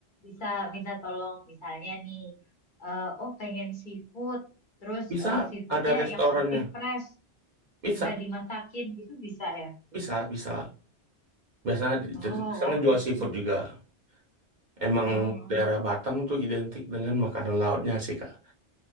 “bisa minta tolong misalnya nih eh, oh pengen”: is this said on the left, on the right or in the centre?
Left